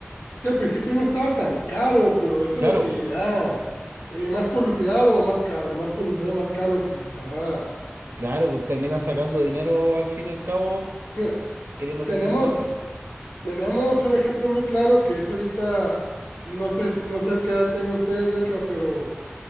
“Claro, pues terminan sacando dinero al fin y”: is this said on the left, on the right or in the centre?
Right